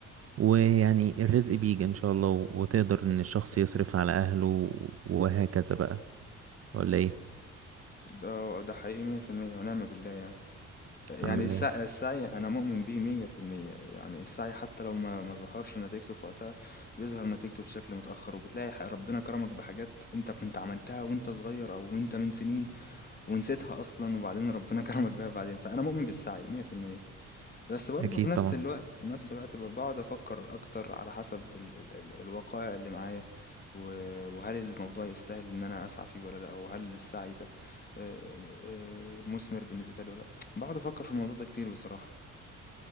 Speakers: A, on the right; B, on the left.
A: ويعني الرزق بيجي ان شاء الله وتقدر ان الشخص يصرف على اهله وهكذا بقى ولا ايه
B: ده ده حقيقي مية في المية ونعم بالله يعني يعني
A: الحمد لله
B: السعي, السعي أنا مؤمن بيه مية في المية يعني السعي حتى لو ما ما ظهرش نتيجته في وقتها بيظهر نتيجته بشكل متأخر وبتلاقي ح- ربنا كرمك بحاجات أنت كنت عملتها وأنت صغير أو وأنت من سنين ونسيتها أصلا وبعدين ربنا <laughs> كرمك بيها بعدين فأنا مؤمن بالسعي مية في المية بس برضه
A: اكيد
B: في نفس
A: طبعا
B: الوقت نفس الوقت ب- بقعد افكر اكتر على حسب ال ال ال الوقائع اللي معايا و- وهل الموضوع يستاهل ان انا اسعى فيه ولا لا وهل السعي ده آه، آه، مثمر بالنسبه لي ولا لا بقعد افكر في الموضوع ده كتير بصراحه